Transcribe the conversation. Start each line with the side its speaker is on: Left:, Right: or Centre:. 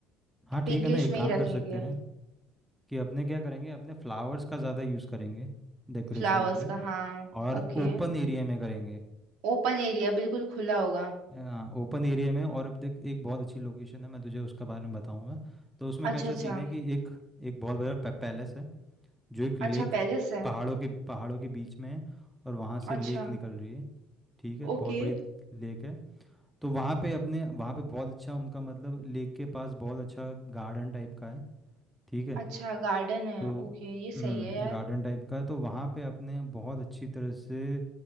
Centre: हाँ
Right: पिंकिश
Centre: ठीक है ना एक
Right: में
Centre: काम
Right: ही रखेंगे
Centre: कर सकते हैं कि अपने क्या करेंगे अपने फ्लावर्स का ज़्यादा यूज़ करेंगे डेकोरेशन
Right: फ्लावर्स
Centre: के लिए
Right: का हाँ
Centre: और
Right: ओके
Centre: ओपन एरिया में करेंगे
Right: ओपन एरिया बिल्कुल खुला होगा
Centre: हाँ ओपन एरिया में और अब देख एक बहुत अच्छी लोकेशन है मैं तुझे उसका बारे में बताऊंगा तो उसमें
Right: अच्छा
Centre: कैसा
Right: अच्छा
Centre: सीन है कि एक एक बहुत बड़ा पै- पैलेस है जो एक लेक
Right: अच्छा पैलेस है
Centre: पहाड़ों के पहाड़ों के बीच में है और वहाँ से
Right: अच्छा
Centre: लेक निकल रही है ठीक है बहुत
Right: ओके
Centre: बड़ी लेक है तो वहाँ पे अपने वहाँ पे बहुत अच्छा उनका मतलब लेक के पास बहुत अच्छा गार्डन टाइप का है ठीक है
Right: अच्छा गार्डन है
Centre: तो
Right: ओके ये
Centre: हम्म
Right: सही है यार
Centre: गार्डन टाइप का है तो वहाँ पे अपने बहुत अच्छी तरह से